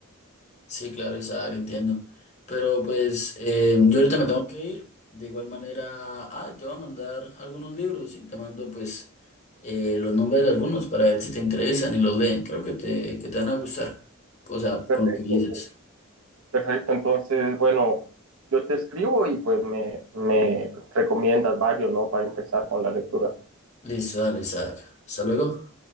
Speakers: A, on the left (about 35°); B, on the right (about 75°).
A: Sí, claro, esa entiendo. Pero pues eh, yo ahorita me tengo que ir. De igual manera, ah, te voy a mandar algunos libros y te mando pues eh, los nombres de algunos para ver si te interesan y los leen. Creo que te, que te van a gustar. O sea,
B: Perfecto,
A: con lo que me dices.
B: perfecto. Entonces, bueno, yo te escribo y pues me, me recomiendas varios, ¿no? Para empezar con la lectura.
A: Listo, dale, Isaac. Hasta luego.